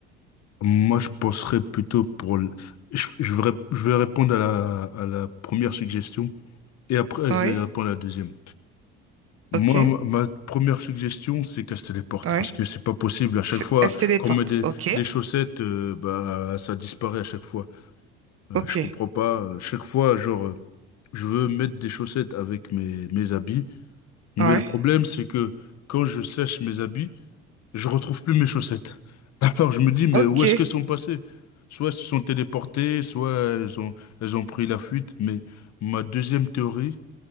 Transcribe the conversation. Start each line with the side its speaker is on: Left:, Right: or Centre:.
Left: Moi, je penserais plutôt pour... le- Je, je vais, rép- je vais répondre à la, à la première suggestion et après,
Right: Oui,
Left: je vais répondre à la deuxième. Moi,
Right: ok,
Left: ma ma première suggestion, c'est qu'elle se téléporte
Right: oui.
Left: parce que c'est pas possible. À chaque
Right: C'est-
Left: fois
Right: Elle se téléporte,
Left: qu'on met des,
Right: ok,
Left: des chaussettes, euh, bah, ça disparaît à chaque fois. Euh,
Right: ok,
Left: je comprends pas. À chaque fois, genre, euh, Je veux mettre des chaussettes avec mes, mes habits, mais
Right: oui,
Left: le problème, c'est que quand je sèche mes habits, je retrouve plus mes chaussettes. <laughs> Alors je me dis, mais
Right: ok,
Left: où est-ce qu'elles sont passées? Soit elles se sont téléportées, soit elles ont, elles ont pris la fuite. Mais ma deuxième théorie,